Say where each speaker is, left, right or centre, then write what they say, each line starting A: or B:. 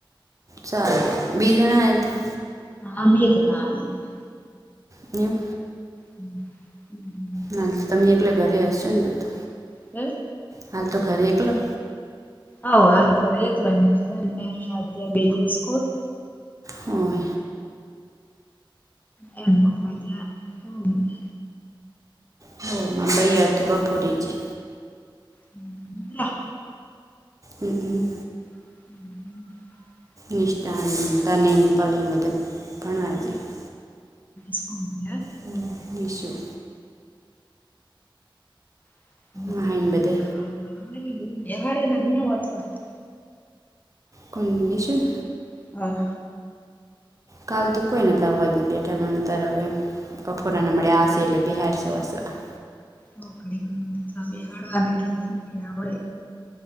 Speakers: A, on the right (about 40°); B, on the left (about 20°).
A: ચાલે બે જણા આયાતા.
B: હા બે જણા આયાતા.
A: નેમ
B: હમ. હ હમ.
A: ના તો તમે એકલે ઘરે હશો ને તો તો.
B: હે.
A: હાલ તો ઘરે એકલો.
B: હઉ હાલ ઘરે એકલો ને <unintelligible> બે દિવસ સ્કૂલ.
A: હોય.
B: એ હમ <unintelligible>
A: હમ મમ્બઈયા દુ બફુરીજી.
B: હમ આ.
A: હંક.
B: હમ હમ.
A: નિષ્ઠાનીતાનેન પલન બધે ભણાયે જાય.
B: સ્કૂલ ગ્યા.
A: હમ મિસ યુ.
B: <unintelligible>
A: મહાઈને બધે
B: વાચવા.
A: કોઈ ન મિસેન.
B: હા.
A: કાલ તો કોઈ નતા હોવા દે બેઠા પણનું તાર હવે કફોડાને મળ્યા આશે એટલે બિહાર છેવાસવા.
B: હઉ ઘડીકવાર વોચવા બેહાડવા ને એટલે <unintelligible> આવડે.